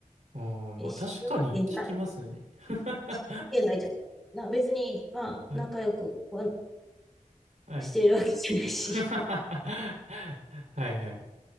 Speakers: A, on the right; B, in the centre.
A: ああ、まあ確かに聞きますね。
B: え、知るわけない
A: <laughs>
B: しわけないじゃん。な、別に、まあ、
A: はい。
B: 仲良くは
A: はい。
B: してるわけじゃないし、
A: <laughs>
B: みたいな。
A: はいはい。